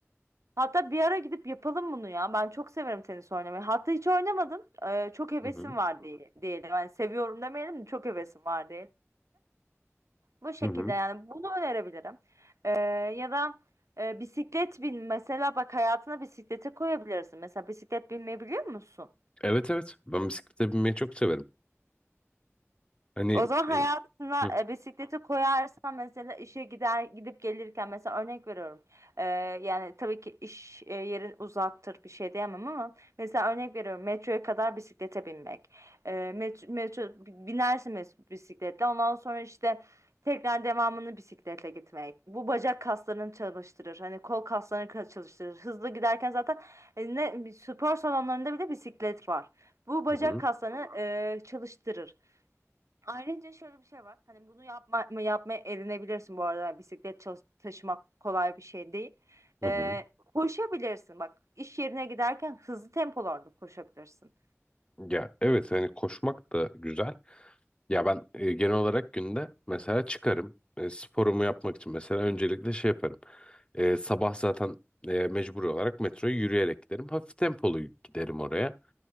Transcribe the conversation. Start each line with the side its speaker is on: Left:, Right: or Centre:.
Right: Hatta bir ara gidip yapalım bunu ya. Ben çok severim tenis oynamayı. Hatta hiç oynamadım. E, çok hevesim
Left: Hı hı.
Right: var diye, diyelim. Yani seviyorum demeyelim de çok hevesim var diyelim. Bu şekilde
Left: Hı hı.
Right: yani bunu önerebilirim. Ee, ya da e, bisiklet bin. Mesela bak hayatına bisiklete koyabilirsin. Mesela bisiklet binmeyi biliyor musun?
Left: Evet evet. Ben bisiklete binmeyi çok severim. Hani
Right: O zaman
Left: e,
Right: hayatına
Left: hı
Right: e, bisikleti koyarsan mesela işe gider gidip gelirken mesela örnek veriyorum. E, yani tabii ki iş e, yerin uzaktır bir şey diyemem ama mesela örnek veriyorum metroya kadar bisiklete binmek. E, met- metro, binersin mes- bisikletle ondan sonra işte tekrar devamını bisikletle gitmek. Bu bacak kaslarını çalıştırır. Hani kol kaslarını ka- çalıştırır. Hızlı giderken zaten e, ne spor salonlarında bile bisiklet var. Bu bacak
Left: hı.
Right: kaslarını e, çalıştırır. Ayrıca şöyle bir şey var. Hani bunu yapma, yapmaya edinebilirsin bu arada. Yani bisiklet çalış- taşımak kolay bir şey değil.
Left: Hı
Right: Ee,
Left: hı.
Right: koşabilirsin. Bak iş yerine giderken hızlı tempolarda koşabilirsin.
Left: Ya evet hani koşmak da güzel. Ya ben e, genel olarak günde mesela çıkarım. E, sporumu yapmak için mesela öncelikle şey yaparım. E, sabah zaten e, mecbur olarak metroya yürüyerek giderim. Hafif tempolu giderim oraya.